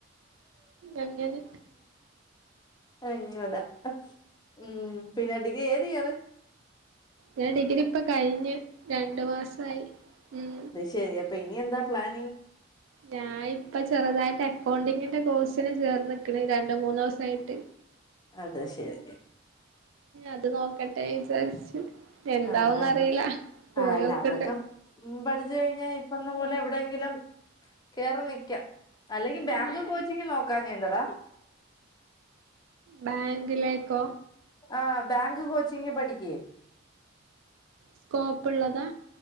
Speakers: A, on the right; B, on the left.
A: അങ്ങനെ
B: അങ്ങല്ലെ ഉം പിന്നെ ഡിഗ്രി ഏത് ഇയറ്
A: ഞാൻ ഡിഗ്രി ഇപ്പൊ കഴിഞ്ഞ് രണ്ട് മാസായി ഉം
B: ശരി അപ്പൊ ഇനി എന്താ പ്ലാനിങ്ങ്
A: ഞാൻ ഇപ്പം ചെറുതായിട്ട് അക്കൗണ്ടിങ്ങിന്റെ കോഴ്സിന് ചേർന്ന്ക്കണ് രണ്ട് മൂന്നൊസോ തായിട്ട്
B: അത് ശരി
A: അത് നോക്കട്ടെ വിചാരിച്ച് എന്താവന്ന്
B: ആ ആ
A: അറിയില്ല പോയിക്ക്ണ്ട്
B: ആ അല്ല അതൊക്കെ ഉം പഠിച്ചു കഴിഞ്ഞാൽ ഇപ്പം നമ്മല് എവിടെയെങ്കിലും കേറി നിൽക്കാം അല്ലെങ്കി ബാങ്ക്
A: ഉം
B: കോച്ചിങ്ങ് നോക്കാഞ്ഞെ എന്തെടാ
A: ബാങ്കിലേക്കോ
B: ആഹ് ബാങ്ക് കോച്ചിങ്ങ് പഠിക്ക്
A: സ്കോപ്പ് ഉള്ളതാ